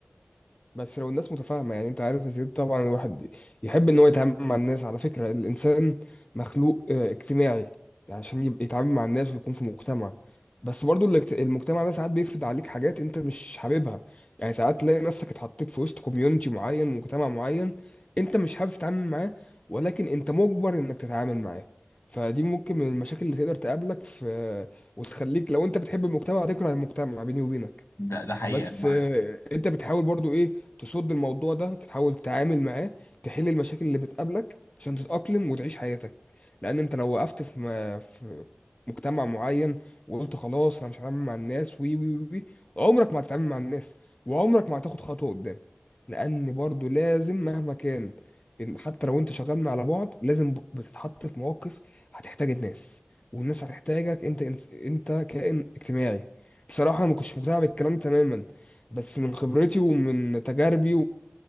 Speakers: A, on the left; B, on the left.
A: بس لو الناس متفاهمة يعني انت عارف يا زياد طبعا الواحد يحب ان هو يتعامل مع الناس على فكرة الانسان مخلوق آه، اجتماعي يعني عشان يبقى يتعامل مع الناس ويكون في مجتمع بس برضو الاجت- المجتمع ده ساعات بيفرض عليك حاجات انت مش حاببها يعني ساعات تلاقي نفسك اتحطيت في وسط كوميونتي معين مجتمع معين انت مش حابب تتعامل معاه ولكن انت مجبر انك تتعامل معاه فدي ممكن من المشاكل اللي تقدر تقابلك في وتخليك لو انت بتحب المجتمع تكره المجتمع بيني وبينك
B: ده ده حقيقة
A: بس
B: أنا معاك
A: آه، انت بتحاول برضو ايه تصد الموضوع ده تحاول تتعامل معاه تحل المشاكل اللي بتقابلك عشان تتأقلم وتعيش حياتك لان انت لو وقفت في م- في مجتمع معين وقلت خلاص انا مش هتعامل مع الناس وي وي وي وي، عمرك ما هتتعامل مع الناس وعمرك ما هتاخد خطوة قدام لان برضو لازم مهما كان إن حتى لو انت شغال على بعد لازم ب- بتتحط في مواقف هتحتاج الناس والناس هتحتاجك انت انت كائن اجتماعي بصراحة أنا ما كنتش مقتنع بالكلام تماما بس من خبرتي ومن تجاربي